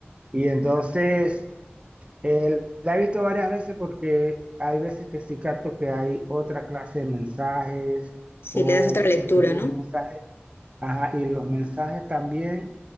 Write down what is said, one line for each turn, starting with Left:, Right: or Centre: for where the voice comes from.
Right: Y entonces eh, la he visto varias veces porque hay veces que sí capto que hay otra clase de mensajes
Left: Si
Right: o
Left: le das otra lectura,
Right: pues, los
Left: ¿no?
Right: mensajes Ajá, y los mensajes también